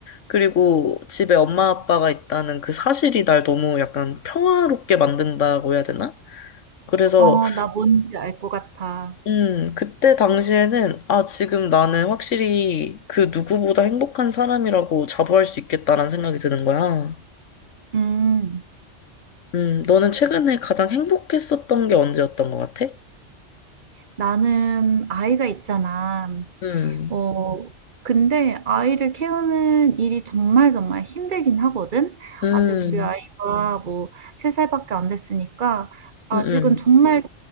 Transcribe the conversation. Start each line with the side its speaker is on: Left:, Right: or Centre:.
Left: 그리고 집에 엄마 아빠가 있다는 그 사실이 날 너무 약간 평화롭게 만든다고 해야 되나? 그래서
Right: 어, 나 뭔지 알 것 같아.
Left: 음 그때 당시에는 아 지금 나는 확실히 그 누구보다 행복한 사람이라고 자부할 수 있겠다라는 생각이 드는 거야.
Right: 음,
Left: 음 너는 최근에 가장 행복했었던 게 언제였던 것 같아?
Right: 나는 아이가 있잖아.
Left: 음.
Right: 어, 근데 아이를 키우는 일이 정말 정말 힘들긴 하거든.
Left: 음.
Right: 아직 우리 아이가 뭐 3살밖에 안 됐으니까 아직은
Left: 응, 응,
Right: 정말